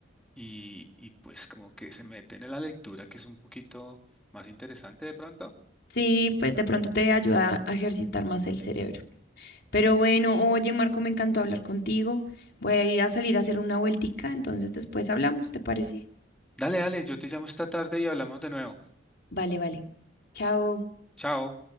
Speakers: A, in the centre; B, on the left.
A: y, y pues como que se meten en la lectura, que es un poquito más interesante de pronto.
B: Sí, pues de pronto te ayuda a ejercitar más el cerebro. Pero bueno, oye Marco, me encantó hablar contigo. Voy a ir a salir a hacer una vueltica, entonces después hablamos, ¿te parece?
A: Dale, dale, yo te llamo esta tarde y hablamos de nuevo.
B: Vale, vale. Chao.
A: Chao.